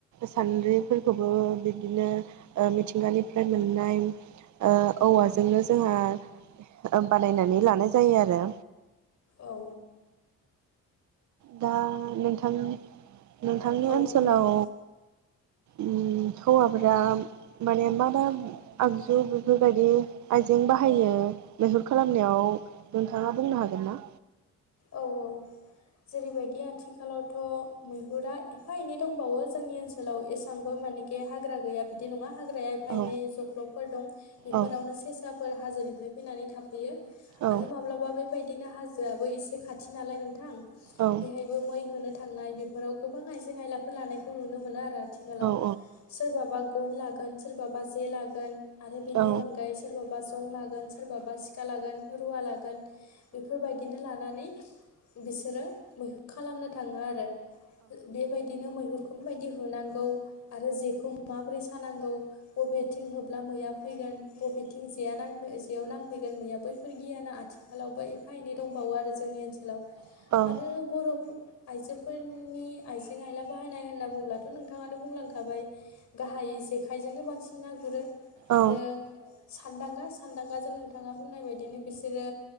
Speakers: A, on the right (about 70°); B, on the left (about 65°).
A: सान्द्रिफोरखौबो बिब्दिनो ओ मिथिंगानिफ्राय मोननाय ओ औवाजोंनो जोंहा ओ बानायनानै लानाय जायो आरो।
B: औ
A: दा नोंथां नोंथांनि
B: औ
A: ओनसोलाव
B: बुंलाय
A: उम हौवाफोरा माने मा मा आगजु बेफोर बायदि आइजें बाहायो मैहुर खालामनायाव? नोंथाङा बुंनो हागोन ना?
B: औ औ जेरैबायदि आथिखालावथ' मैहुरा एफा एनै दंबावो जोंनि ओनसोलाव एसांबो मानि बे हाग्रा गैया बिदि नङा हाग्राया एफा
A: औ
B: एनै जख्लबफोर दं बेफोरावनो
A: औ
B: सेसाफोर हाजोनिफ्राय फैनानै थाफैयो।
A: औ
B: आरो माब्लाबा बेबायदिनो हाजोआबो एसे खाथि नालाय नोंथां
A: औ
B: बेहायबो मै होनो थांनाय बेफोराव गोबां आइजें आयलाफोर लानायखौ नुनो मोनो आरो आथिखालाव।
A: औ
B: सोरबाबा गन लागोन सोरबाबा जे लागोन आरो बिनि
A: औ
B: अनगायै सोरबाबा जं लागोन सोरबाबा सिखा लागोन रुवा लागोन बेफोरबायदिनो लानानै। बिसोरो मैहुर खालामनो थाङो आरो। बेबायदिनो मैहुरखौ माबायदि होनांगौ आरो जेखौ माबोरै सानांगौ। बबेथिं होब्ला मैया फैगोन? बबेथिं जेया नांफै जेयाव नांफैगोन मैया बैफोर गियाना आथिं खालावबो एफा एनै दंबावो आरो जोंनि ओनसोलाव
A: औ
B: आरो बर' फोर आइजोफोरनि आइजें आइला बाहायनाय होनना बुंब्लाथ' नोंथाङानो बुंलांखाबाय। गाहायै जेखाइजोंनो बांसिन ना गुरो
A: औ
B: आरो सानदांगा सानदांगाजों नोंथाङा बुंनाय बायदिनो बिसोरो।